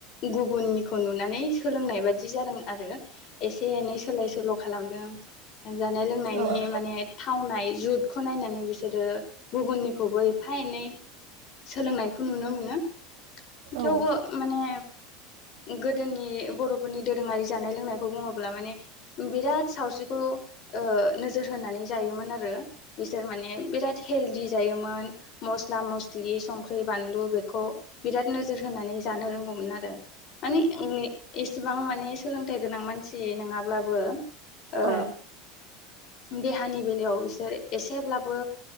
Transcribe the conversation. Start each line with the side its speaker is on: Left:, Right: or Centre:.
Left: गुबुननिखौ नुनानै स सोलोंनाय बादि जादों आरो एसे एनै सोलाय सोल' खालामदों जानाय लोंनायनि
Right: आरो
Left: माने थावनाय जुदखौ नायनानै बिसोरो गुबुननिखौबो एफा एनै सोलोंनायखौ नुनो मोनो थेवबो
Right: औ
Left: माने गोदोनि बर'फोरनि दोरोङारि जानाय लोंनायखौ बुङोब्ला माने बिराद सावस्रिखौ ओ नोजोर होनानै जायोमोन आरो बिसोर माने बिराद हेलडी जायो। योमोन मस्ला मस्लि संख्रै बानलु बेखौ बिराद नोजोर होनानै जानो रोंगौमोन। मोन आरो माने ए एसेबां माने सोलोंथाइ गोनां मानसि नोङाब्लाबो ओ
Right: औ
Left: देहानि बेलायाव बिसोर एसेब्लाबो